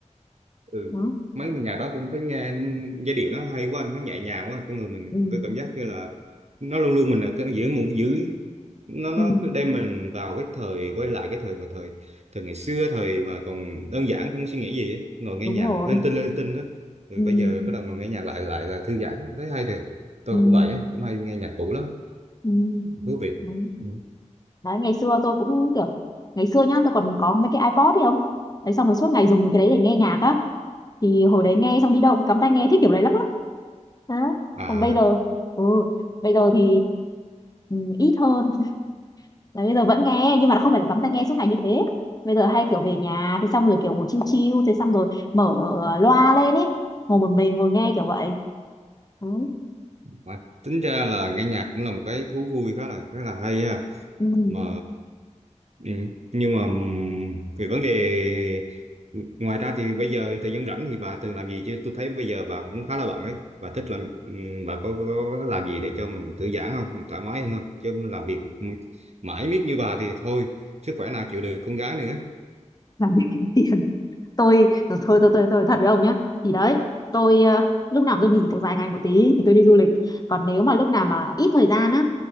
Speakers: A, on the right; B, on the left.
A: ừ
B: đó.
A: mấy mà nhạc đó tôi thấy nghe giai điệu nó hay quá nó nhẹ nhàng quá con người mình
B: ừ,
A: tôi cảm giác như là nó luôn luôn mình ở cái giữa một giữ nó nó
B: ừ,
A: cứ đem mình vào cái thời quay lại cái thời mà thời thời ngày xưa thời mà còn đơn giản không có suy nghĩ gì ấy. ngồi nghe
B: đúng
A: nhạc
B: rồi
A: lên tinh lên tinh đó rồi
B: ừ,
A: bây giờ bắt đầu ngồi nghe nhạc lại lại là thư giãn thấy hay thiệt tôi
B: ừ,
A: cũng vậy ấy. cũng hay nghe nhạc cũ lắm
B: ừ,
A: thú vị
B: đúng.
A: Ừ.
B: đấy ngày xưa tôi cũng kiểu ngày xưa nhá tôi còn có mấy cái iPod ấy không đấy xong rồi suốt ngày dùng cái đấy để nghe nhạc á thì hồi đấy nghe xong đi đâu cũng cắm tai nghe thích kiểu đấy lắm á đó.
A: à
B: còn bây giờ ừ, bây giờ thì ừ, ít hơn là bây giờ vẫn nghe nhưng mà không phải là cắm tai nghe suốt ngày như thế bây giờ hay kiểu về nhà thì xong rồi kiểu ngồi chill chill thế xong rồi mở ờ, loa lên ấy ngồi một mình ngồi nghe kiểu vậy ừ.
A: mà tính ra là nghe nhạc cũng là một cái thú vui khá là khá là hay ha
B: Ừ.
A: mà Ừ. Nhưng mà ừm, về vấn đề ngoài ra thì bây giờ thời gian rảnh thì bà thường làm gì chứ tôi thấy bây giờ bà cũng khá là bận ấy bà thích làm ừm, bà có, có, có làm gì để cho mình thư giãn không mình thoải mái hơn không chứ làm việc mãi miết như bà thì thôi sức khỏe nào chịu được con gái nữa
B: làm việc kiếm tiền tôi ờ, thôi thôi tôi tôi thật với ông nhá thì đấy tôi ờ, lúc nào tôi nghỉ được vài ngày một tí thì tôi đi du lịch còn nếu mà lúc nào mà ít thời gian á